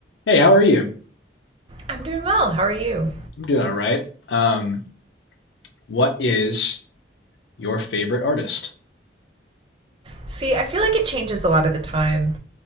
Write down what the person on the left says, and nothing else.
Hey, how are you?
I'm doing all right. Um, what is your favorite artist?